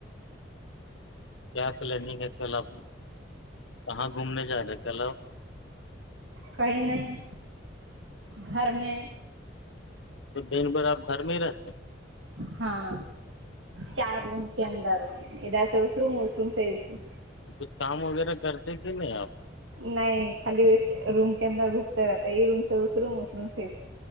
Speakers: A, on the left; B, on the right.
A: کیا پلاننگ ہے کل آپ کہاں گھومنے جا رہے ہیں کل آپ
B: کہیں نہیں گھر میں
A: تو دن بھر آپ گھر میں ہی رہتے
B: ہاں چار روم کے اندر ادھر سے اس روم اس روم سے ر
A: تو کچھ کام وغیرہ کرتے کہ نہیں آپ
B: نہیں خالی روم کے اندر گھستے رہتے یہ روم سے اس روم اس روم سے